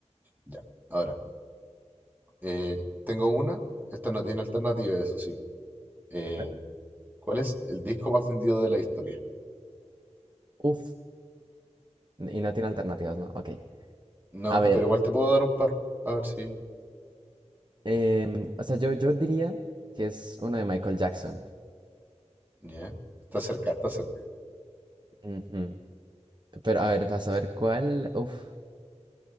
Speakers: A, on the right (about 15°); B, on the right (about 40°).
A: Ya, ahora, eh, tengo una. Esta no tiene alternativa, eso sí. Eh,
B: a ver,
A: ¿Cuál es el disco más vendido de la historia?
B: uff, y no tiene alternativas, ¿no? Ok.
A: No,
B: A ver,
A: pero igual te puedo dar un par. A ver si.
B: em, o sea, yo, yo diría que es una de Michael Jackson.
A: Ya. Está cerca, está cerca.
B: Ujú. Pero a ver, vas a ver cuál, uff,